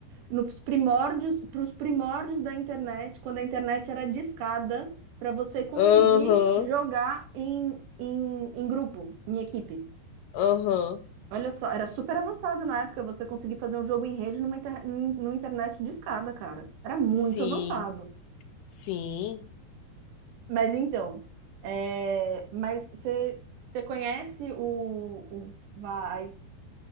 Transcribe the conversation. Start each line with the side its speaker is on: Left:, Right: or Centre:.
Right: nos primórdios, pros primórdios da internet, quando a internet era discada, pra você conseguir
Left: Aham,
Right: jogar em, em, em grupo, em equipe.
Left: aham.
Right: Olha só, era super avançado na época você conseguir fazer um jogo em rede numa, inter... num- numa internet discada, cara. Era muito
Left: Sim,
Right: avançado.
Left: sim.
Right: Mas então, é, mas você você conhece o, o, a,